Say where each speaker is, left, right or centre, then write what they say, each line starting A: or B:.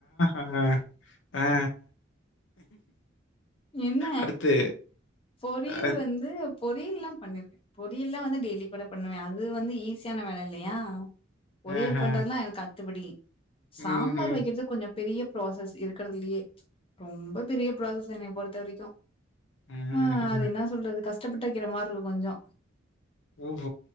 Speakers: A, on the left (about 70°); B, on the left (about 30°).
A: ஆஹ் ஆ ஆ
B: என்ன
A: அடுத்து
B: பொரியல்
A: அ
B: வந்து பொரியல்ல்லாம் பண்ணிருக்கேன் பொரியல்லாம் வந்து டெய்லி கூட பண்ணுவேன் அது வந்து ஈஸியான வேலை இல்லையா பொரியல்
A: ஆஹா!
B: பண்றதுல்லாம் எனக்கு அ த்துபடி சாம்பார்
A: ம்ஹ்ம்.
B: வைக்கிறது கொஞ்சம் பெரிய ப்ராசஸ் இருக்கிறதுலயே ரொம்ப பெரிய ப்ராசஸ் த என்னைய பொறுத்த வரைக்கும்
A: ஆஹா!
B: ஆஹ் அது என்ன சொல்றது கஷ்ட கஷ்டப்பட்டு இருக்கிற மாதிரி இருக்கும் கொஞ்சம்
A: ஓ